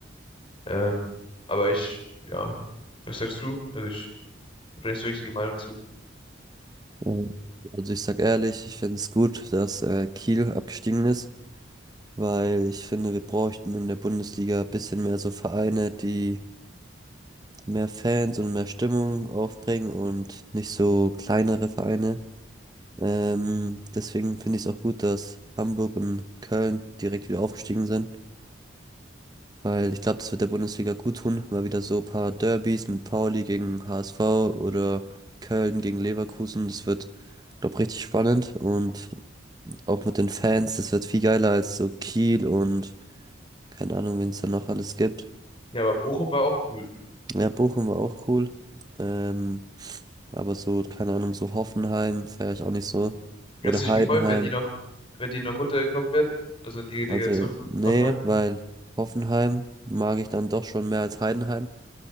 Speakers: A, on the left; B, on the right.
A: Ähm, aber ich, ja, was sagst du? Also ich habe da nicht so richtige Meinung zu.
B: Ähm, Also ich sag ehrlich, ich finde es gut, dass äh, Kiel abgestiegen ist, weil ich finde, wir bräuchten in der Bundesliga ein bisschen mehr so Vereine, die mehr Fans und mehr Stimmung aufbringen und nicht so kleinere Vereine. Ähm, deswegen finde ich es auch gut, dass Hamburg und Köln direkt wieder aufgestiegen sind, weil ich glaube, das wird der Bundesliga gut tun, mal wieder so ein paar Derbys mit Pauli gegen HSV oder Köln gegen Leverkusen, das wird, glaube richtig spannend und Auch mit den Fans, das wird viel geiler als so Kiel und keine Ahnung, wen es da noch alles gibt.
A: Ja, aber Bochum war auch cool.
B: Ja,
A: Ja.
B: Bochum war auch cool. Ähm, aber so, keine Ahnung, so Hoffenheim feiere ich auch nicht so.
A: Hättest
B: Oder
A: du
B: Heidenheim.
A: dich gefreut, wenn die noch, wenn die noch runtergekommen wären? Also in die Relegation,
B: Also, nee,
A: Hoffenheim?
B: weil Hoffenheim mag ich dann doch schon mehr als Heidenheim.